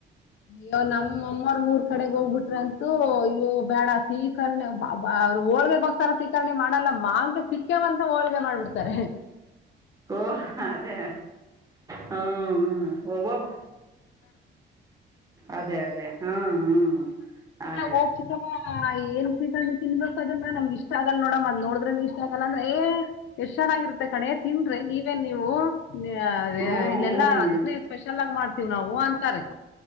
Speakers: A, on the left; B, on the right.
A: ಅಯ್ಯೋ ನಮ್ಮಮ್ಮರ್ ಮೂರ್ ಕಡೆಗ್ ಹೋಗ್ಬಿಟ್ರ ಅಂತ ಅಯ್ಯೋ ಬೇಡ ಸೀಕರ್ಣಿ ಅವರು ಹೋಳ್ಗಗೋಸ್ಕರ ಸೀಕರ್ಣಿ ಮಾಡಲ್ಲ ಮಾಂಗೆ ಸಿಕ್ಕವಂತ ಹೋಳ್ಗೆ ಮಾಡ್ಬಿಡ್ತಾರೆ
B: ಓ ಅದೇ ಹ್ಮ್ ವ ಅದೇ ಅದೇ ಹ್ಞೂ ಹ್ಞೂ ಅದೇ
A: ಹೋಗ ಚಿಕಮ್ಮ ಏನ್ ಸಿಕೊಂಡಿ ತಿನ್ಬೇಕು ಅದನ್ನ ನಮ್ಗ ಇಷ್ಟ ಆಗಲ್ಲ ನೋಡಮ್ಮ ಅದ್ ನೋಡ್ದ್ರೇನೆ ಇಷ್ಟ ಆಗಲ್ಲ ಏ ಎಷ್ಟ್ ಚೆನ್ನಾಗಿರುತ್ತೆ ಕಣೆ ತಿನ್ರೆ ನೀವೇನ್ ನೀವು ಅದ
B: ಹ್ಞೂ
A: ಇಲ್ಲೆಲ್ಲಾ
B: ಹ್ಞೂ
A: ಅದನ್ನೇ ಸ್ಪೆಷಲ್ ಆಗಿ ಮಾಡ್ತೀವ್ ನಾವು ಅಂತಾರೆ